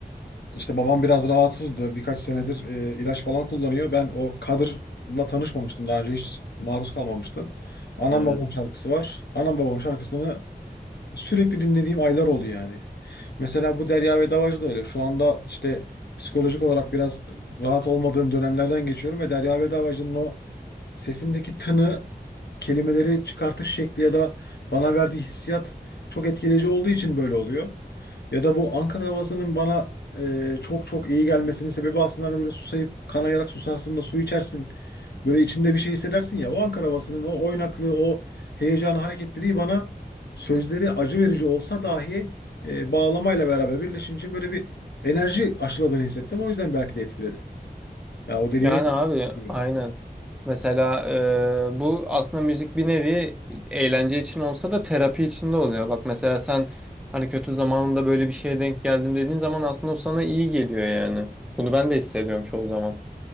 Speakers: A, on the left (about 85°); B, in the centre.
A: İşte babam biraz rahatsızdı. Birkaç senedir e, ilaç falan kullanıyor. Ben o Kadır'la tanışmamıştım. Daha önce hiç maruz kalmamıştım. Anam
B: Evet.
A: babam şarkısı var. Anam babam şarkısını Sürekli dinlediğim aylar oldu yani. Mesela bu Derya ve Davacı da öyle. Şu anda işte psikolojik olarak biraz rahat olmadığım dönemlerden geçiyorum ve Derya ve Davacı'nın o sesindeki tını, kelimeleri çıkartış şekli ya da bana verdiği hissiyat çok etkileyici olduğu için böyle oluyor. Ya da bu Ankara havasının bana e, çok çok iyi gelmesinin sebebi aslında hani böyle susayıp kanayarak susarsın da su içersin. Böyle içinde bir şey hissedersin ya. O Ankara havasının o oynaklığı, o heyecanı, hareketliliği bana sözleri acı verici olsa dahi e, bağlamayla beraber birleşince böyle bir enerji aşıladığını hissettim. O yüzden belki de etkiledi. Ya o dediğine
B: Yani
A: kesinlikle.
B: abi aynen. Mesela e, bu aslında müzik bir nevi eğlence için olsa da terapi için de oluyor. Bak mesela sen hani kötü zamanında böyle bir şeye denk geldim dediğin zaman aslında o sana iyi geliyor yani. Bunu ben de hissediyorum çoğu zaman.